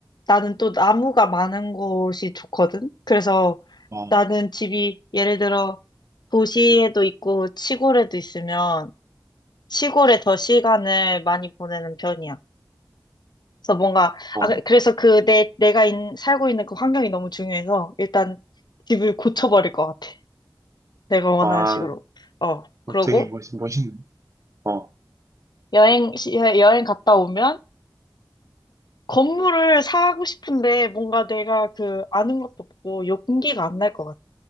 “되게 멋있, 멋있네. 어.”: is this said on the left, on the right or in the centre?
Right